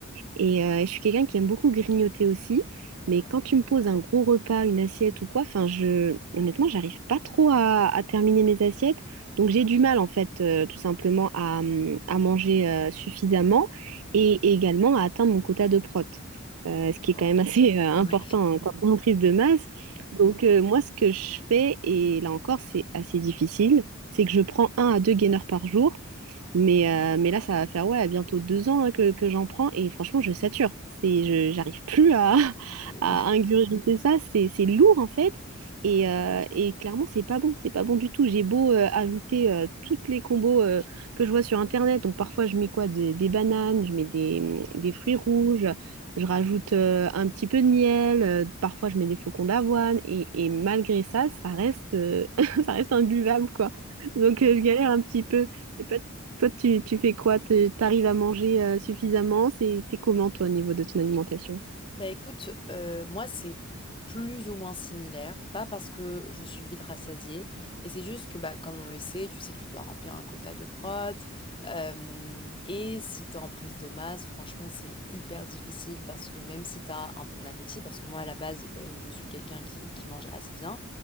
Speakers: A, on the right; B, on the left.
A: Et euh, je suis quelqu'un qui aime beaucoup grignoter aussi,
B: D'accord.
A: mais quand tu me poses un gros repas, une assiette ou quoi, enfin, je, honnêtement, j'arrive pas trop à, à terminer mes assiettes. Donc j'ai du mal, en fait, euh, tout simplement à, hum, à manger euh, suffisamment et, et également à atteindre mon quota de prot. Euh, ce qui
B: Oh,
A: est quand même <laughs> assez euh, important
B: Oui.
A: hein, quand on est en prise de masse. Donc euh, moi, ce que je fais, et là encore, c'est assez difficile, c'est que je prends un à deux gainers par jour. Mais, euh, mais là, ça va faire ouais, bientôt deux ans hein, que, que j'en prends et franchement, je sature. C'est, je, j'arrive plus à, <laughs>
B: Oui.
A: à
B: <laughs>
A: ingurgiter ça. C'est, c'est lourd en fait. Et, euh, et clairement, c'est pas bon. C'est pas bon du tout. J'ai beau euh, ajouter euh, toutes les combos euh, que je vois sur Internet. Donc parfois, je mets quoi? Des, des bananes, je mets des, des fruits rouges, je rajoute euh, un petit peu de miel, euh, parfois, je mets des flocons d'avoine. Et, et malgré ça, ça reste, euh, <laughs> ça reste imbuvable quoi. Donc euh, je galère un petit peu. Toi, tu, tu fais quoi? Tu arrives à manger euh, suffisamment? C'est, t'es comment, toi, au niveau de ton alimentation?
B: Bah écoute, euh, moi c'est plus ou moins similaire, pas parce que je suis vite rassasiée, mais c'est juste que bah, comme on le sait, tu sais que tu dois remplir un quota de prot, euh, et si t'es en prise de masse, franchement c'est hyper difficile parce que même si t'as un bon appétit, parce que moi à la base euh, je suis quelqu'un qui, qui mange assez bien,